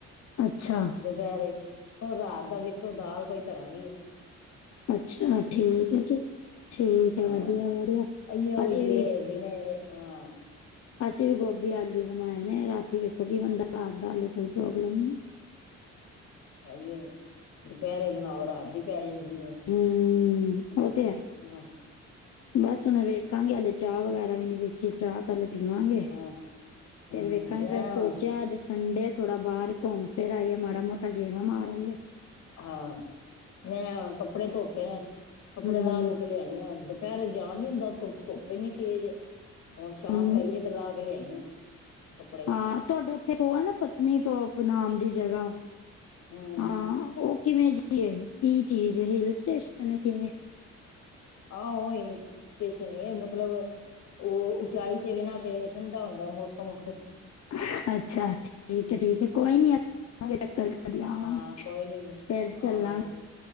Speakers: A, on the left; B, on the left.
A: ਅੱਛਾ,
B: ਦੁਪਹਿਰੇ, ਹੋਰ ਰਾਤ ਦਾ ਵੇਖੋ ਦਾਲ ਕੋਈ ਧਰ੍ਹਾਂ ਗਏ
A: ਅੱਛਾ, ਠੀਕ 'ਚ ਠੀਕ ਆ,
B: ਹਾਂ
A: ਵਧੀਆ, ਵਧੀਆ
B: ਅਈਓ
A: ਅਸੀਂ
B: ਕੁਛ ਈ ਏ ਦਿਨੇ ਹਾਂ
A: ਅਸੀਂ ਵੀ ਗੋਭੀ ਆਲੂ ਬਣਾਏ ਨੇ, ਰਾਤੀ ਵੇਖੋ ਕਿ ਬਣਦਾ ਰਾਤ ਦਾ ਹਜੇ ਕੋਈ ਪ੍ਰੋਗਰਾਮ ਨਹੀਂ
B: ਹਾਂ ਹੀ ਦੁਪਹਿਰੇ ਬਣਾਓ ਰਾਤ ਦੀ ਪੈ ਜਾਂਦੀ।
A: ਹੂੰ,
B: ਹਮ।
A: ਉਹ ਤੇ ਹੈ ਬਸ ਹੁਨ ਵੇਖਾਂਗੇ ਹਲੇ ਚਾਹ ਵਗੈਰਾ ਵੀ ਨੀ ਪੀਚ ਚਾਹ ਪਹਿਲੇ ਪੀਵਾਂਗੇ।
B: <inaudible> ਹੂੰ
A: ਫਿਰ ਵੇਖਾਂਗੇ
B: ਮੈਂ
A: ਫੇਰ ਸੋਚਿਆ ਜਿਸ ਸਨਠਡੇ ਆ ਥੋੜਾ ਬਾਹਰ ਘੁੰਮ ਫਿਰ ਆਈਏ ਮਾੜਾ ਮੋਟਾ ਗੇੜਾ ਮਾਰ ਆਈਏ।
B: ਹਾਂ ਮੈਂ ਹੁਣ ਕੱਪੜੇ ਧੋਤੇ ਨੇ। ਕੱਪੜੇ
A: ਹੂੰ,
B: ਲਾ ਲੂ ਕੇ ਲਿਆਈਆਂ ਦੁਪਹਿਰੇ ਜਾਣ ਨੀ ਹੁੰਦਾ ਧ ਧੁੱਪ ਹੀ ਨੀ ਤੇਜ਼। ਹੁਣ ਸ਼ਾਮ
A: ਹੂੰ।
B: ਪਾਈਏ ਤੇ ਲਾ ਕੇ ਲਿਆਈ ਆ ਕੱਪੜੇ।
A: ਹਾਂ ਤੁਹਾਡੇ ਓਹ ਨਾ ਪਤਨੀ ਟੋਪ ਨਾਮ ਦੀ ਜਗ੍ਹਾ
B: ਹਮ
A: ਹਾਂ ਉਹ ਕਿਵੇਂ ਜੀ ਹੈ ਕੀ ਚੀਜ਼ ਹੈ ਹਿਲ ਸਟੇਸ਼ਨ ਕਿਵੇਂ
B: ਆਹੋ ਉਹ ਹਲ ਸਟੇਸ਼ਨ ਹੀ ਹੈ ਮਤਲਬ ਉਹ ਉਚਾਈ ਤੇ ਬਿਨਾਂ ਤੇ ਠੰਡਾ ਹੁੰਦਾ ਮੌਸਮ
A: ਅੱਛਾ ਅੱਛਾ ਠੀਕ ਹੈ ਠੀਕ ਹੈ ਕੋਈ ਨੀ ਆਗੇ ਚੱਕਰ ਕਰਦੀ ਆਵਾਂਗੇ
B: ਹਾਂ ਕੋਈ ਨਹੀਂ
A: ਫਿਰ ਚੱਲਾਂਗੇ
B: ਆਣਾ ਲਾ-